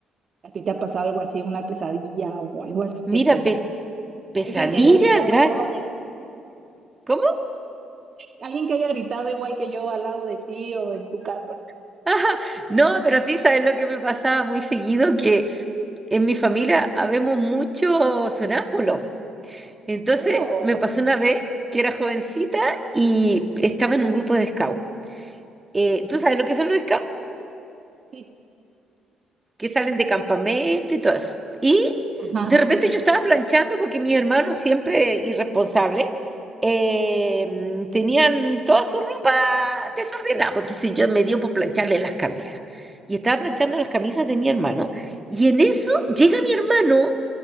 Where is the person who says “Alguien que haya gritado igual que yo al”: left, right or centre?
Right